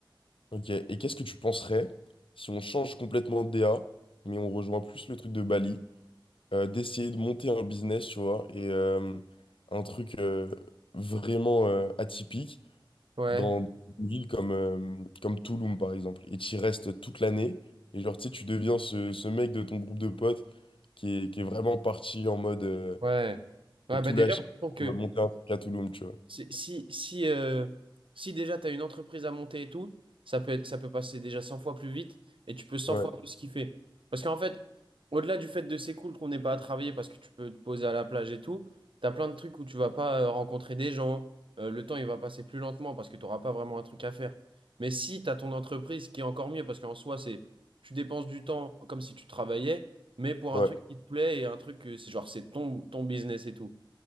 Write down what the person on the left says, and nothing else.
Ok, et qu'est-ce que tu penserais si on change complètement de DA, mais on rejoint plus le truc de Bali, euh, d'essayer de monter un business, tu vois, et euh, un truc euh, vraiment euh, atypique
dans une ville comme, euh, comme Tulum, par exemple, et tu y restes toute l'année, et genre, tu sais, tu deviens ce, ce mec de ton groupe de potes qui est, qui est vraiment parti en mode euh,
à tout
lâcher
pour
monter un truc à Tulum, tu vois.
Ouais,
ouais,